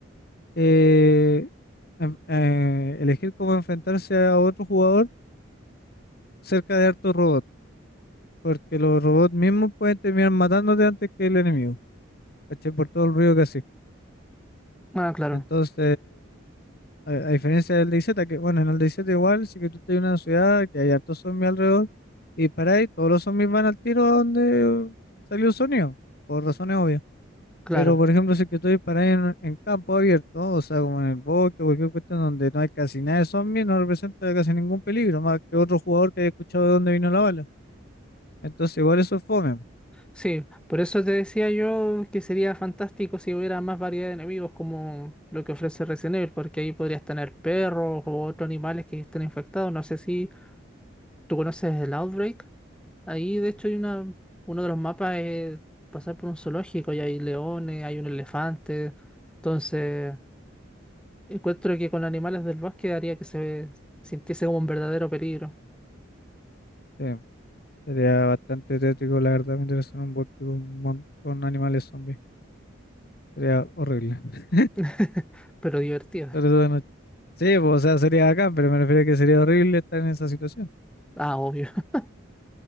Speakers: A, on the left (about 50°); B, in the centre.
A: eh, en- eh, elegir cómo enfrentarse a otro jugador cerca de hartos robots. porque los robots mismos pueden terminar matándote antes que el enemigo, ¿cachai? Por todo el ruido que hace.
B: Ah, claro,
A: Entonces, a, a diferencia del DayZ, que bueno, en el DayZ igual, sí que tú estás en una ciudad que hay hartos zombies alrededor, y para ahí todos los zombies van al tiro a donde salió el sonido, por razones obvias.
B: claro.
A: Pero, por ejemplo, si que tú disparas en, en campo abierto, o sea, como en el bosque o cualquier cuestión donde no hay casi nada de zombies, no representa casi ningún peligro, más que otro jugador que haya escuchado de dónde vino la bala. Entonces, igual eso es fome.
B: Sí, por eso te decía yo que sería fantástico si hubiera más variedad de enemigos como lo que ofrece Resident Evil, porque ahí podrías tener perros o otros animales que estén infectados. No sé si tú conoces el Outbreak. Ahí, de hecho, hay una, uno de los mapas es pasar por un zoológico y hay leones, hay un elefante. Entonces. Encuentro que con animales del bosque haría que se sintiese como un verdadero peligro,
A: Sí. Sería bastante tétrico, la verdad, meterse en un bosque con, mon- con animales zombies. Sería horrible. <laughs>
B: <laughs> pero divertido.
A: Sobre todo de noche. Sí, pues, o sea, sería acá, pero me refiero a que sería horrible estar en esa situación.
B: Ah, obvio. <laughs>